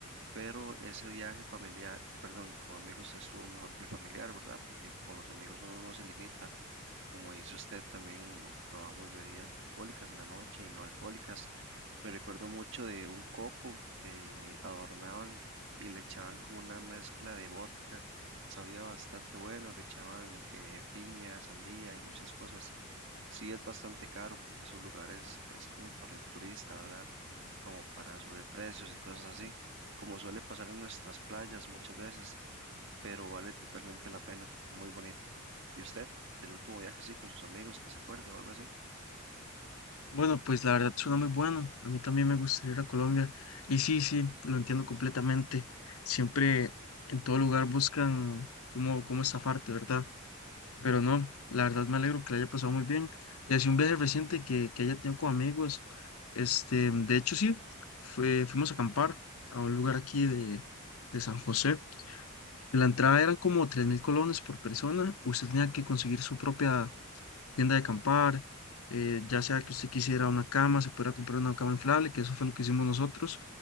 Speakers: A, on the right; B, on the left.
A: pero ese viaje familiar, perdón, con amigos estuvo mejor que el familiar, ¿verdad? Porque con los amigos uno no se limita. Como dice usted, también probamos bebidas alcohólicas en la noche y no alcohólicas. Me recuerdo mucho de un coco que adornaban y le echaban como una mezcla de vodka. Sabía bastante bueno, le echaban eh, piña, sandía y muchas cosas. Sí es bastante caro porque esos lugares es como para el turista, ¿verdad? Como para subir precios y cosas así, como suele pasar en nuestras playas muchas veces pero vale totalmente la pena, muy bonito. ¿Y usted, el último viaje así con sus amigos, que se acuerde o algo así?
B: Bueno, pues la verdad suena muy bueno. A mí también me gustaría ir a Colombia. Y sí, sí, lo entiendo completamente. Siempre en todo lugar buscan cómo, cómo estafarte, ¿verdad? Pero no, la verdad me alegro que le haya pasado muy bien. Y así un viaje reciente que, que haya tenido con amigos. Este, de hecho, sí, fue, fuimos a acampar a un lugar aquí de, de San José. La entrada eran como 3.000 colones por persona. Usted tenía que conseguir su propia tienda de acampar, eh, ya sea que usted quisiera una cama, se pudiera comprar una cama inflable, que eso fue lo que hicimos nosotros.